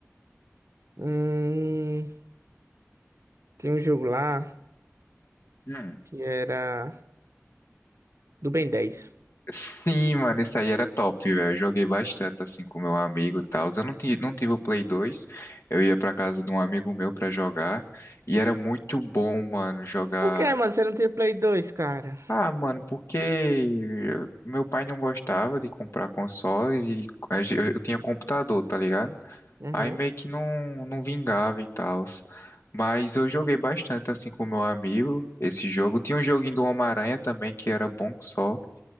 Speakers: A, on the right; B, on the left.
A: Hum, tinha um jogo lá
B: Hum.
A: que era do Ben dez
B: Sim, mano, isso aí era top, velho. Eu Joguei bastante assim com meu amigo e tal. Eu não tive, não tive o Play 2. Eu ia pra casa de um amigo meu pra jogar. E era muito bom, mano, jogar.
A: Por que, mano? Você não tinha Play 2, cara?
B: Ah, mano, porque meu pai não gostava de comprar consoles e a gen- eu eu tinha computador, tá ligado?
A: Uhum.
B: Aí meio que não, não vingava e tal. Mas eu joguei bastante assim com meu amigo esse jogo. Tinha um joguinho do Homem-Aranha também que era bom que só.